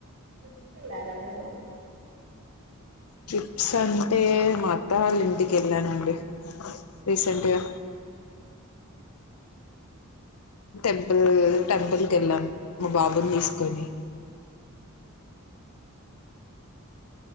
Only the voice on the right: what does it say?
ట్రిప్స్ కెళ్లారా మీరు
అమ్
ఓకే ఓకే